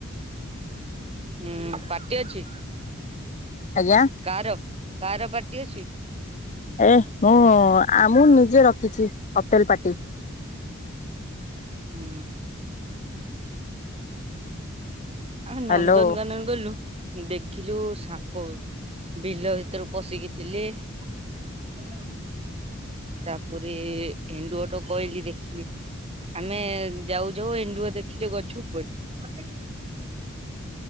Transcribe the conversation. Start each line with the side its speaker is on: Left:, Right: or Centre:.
Right: ହୁଁ ପାର୍ଟି ଅଛି?
Left: ଆଜ୍ଞା
Right: କାର କାର ପାର୍ଟି ଅଛି?
Left: ଏ ମୁଁ ଆ ମୁଁ ନିଜେ ରଖିଛି ହୋଟେଲ ପାର୍ଟି।
Right: ହୁଁ। ଆମେ ନନ୍ଦନକାନନ
Left: ହ୍ୟାଲୋ
Right: ଗଲୁ। ଦେଖିଲୁ ସାପ ବିଲ ଭିତରୁ ପଶିକି ଥିଲେ। ହୁଁ। ତାପରେ ଏଣ୍ଡୁଅ ଟ କହିଲି ଦେଖିଲି ଆମେ ଯାଉ ଯାଉ ଏଣ୍ଡୁଅ ଦେଖିଲୁ ଗଛ ଉପରେ।